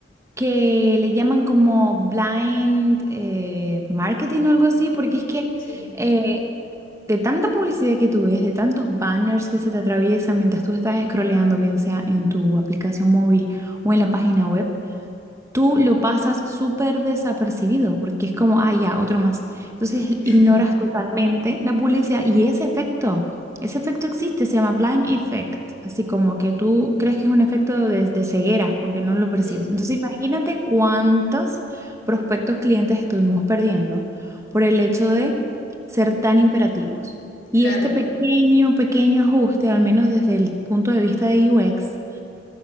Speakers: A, on the right; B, on the left.
A: que le llaman como blind eh, marketing o algo así, porque es que
B: Sí,
A: eh, de tanta publicidad que tú ves, de tantos banners que se te atraviesan mientras tú estás scrolleando, bien sea en tu aplicación móvil o en la página web, tú lo pasas súper desapercibido porque es como, ah, ya, otro más. Entonces
B: <laughs>
A: ignoras totalmente la publicidad y ese efecto, ese efecto existe, se llama blind effect, así como que tú crees que es un efecto de, de ceguera porque no lo percibes.
B: sí,
A: Entonces imagínate cuántos prospectos clientes estuvimos perdiendo por el hecho de ser tan imperativos. Y
B: claro.
A: este pequeño, pequeño ajuste, al menos desde el punto de vista de UX,